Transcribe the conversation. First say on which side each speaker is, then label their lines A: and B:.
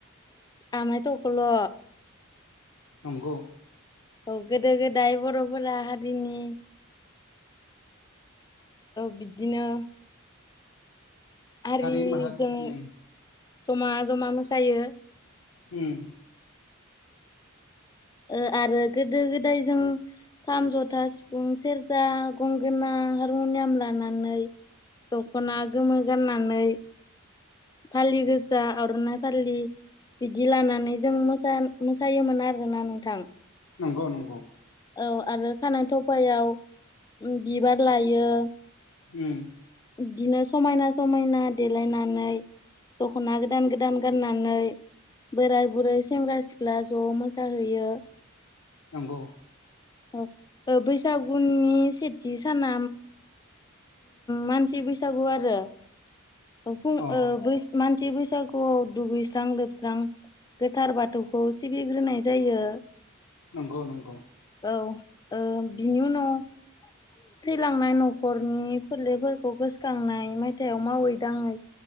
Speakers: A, on the left; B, on the left.
A: आमायथख्ल'
B: नंगौ।
A: औ गोदो गोदाय बर'फोरा हारिनि बिदिनो हारिजों
B: हारि माहा उम
A: जमा जमा मोसायो।
B: उम।
A: ओ आरो गोदो गोदाय जों खाम जथा सिफुं सेर्जा गंगोना हारमुनियाम लानानै दखना गोमो गाननानै फालि गोजा आरनाइ फालि बिदि लानानै जों मोसायोमोन आरोना नोंथां
B: नंगौ नंगौ
A: औ आरो खानाय थफायाव बिबार लायो
B: उम‌
A: बिदिनो समायना समायना देलायनानै दखना गोदान गोदान गाननानै बोराय बुरै सेंग्रा सिख्ला ज मोसाहैयो
B: नंगौ
A: औ बैसागुनि सेथि साना मानसि बैसागो आरो फुं <unintelligible>
B: अ
A: मानसि बैसागोआव दुगैस्रां लोबस्रां गोथार बाथौखौ सिबिग्रोनाय जायो
B: नंगौ नंगौ
A: औ बिनि उनाव थैलांनाय न'खरनि फोरलेफोरखौ गोसोखांनाय मायथाइयाव मावै दाङै